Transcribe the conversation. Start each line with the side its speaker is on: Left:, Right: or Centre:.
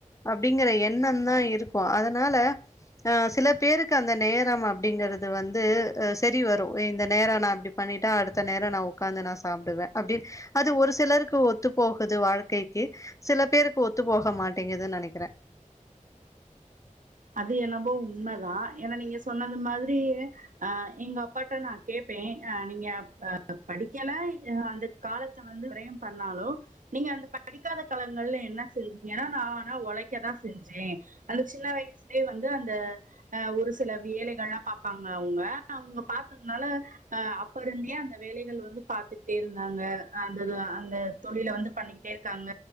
Left: அப்டிங்கற எண்ணந்தா இருக்கும் அதனால அ சில பேருக்கு அந்த நேரம் அப்டிங்கறது வந்து அ சரி வரும் இந்த நேரம் நா அப்டி பண்ணிட்டா அடுத்த நேரோ நா உக்காந்து நா சாப்புடுவே அப்டின்னு அது ஒரு சிலருக்கு ஒத்து போகுது வாழ்க்கைக்கு சில பேருக்கு ஒத்து போக மாட்டேங்குன்னு நெனைக்கறே
Right: அது என்னவோ உண்மைதா ஏன்னா நீங்க சொன்னது மாதிரி அ எங்க அப்பாட்ட நா கேப்பே அ நீங்க அ படிக்கல அ அந்த காலத்து வந்து விரயோ பண்ணாலோ நீங்க அந்த படிக்காத காலங்கள்ல என்ன செஞ்சீங்கன்னா நா ஆனா உழைக்க தா செஞ்சே அந்த சின்ன வயசுலே வந்து அந்த அ ஒரு சில வேலைகள்லா பாப்பாங்க அவங்க அவுங்க பாத்ததுனால அ அப்ப இருந்தே அந்த வேலைகள் வந்து பாத்துட்டே இருந்தாங்க அந்தது அந்த தொழில வந்து பண்ணிக்கிட்டே இருக்காங்க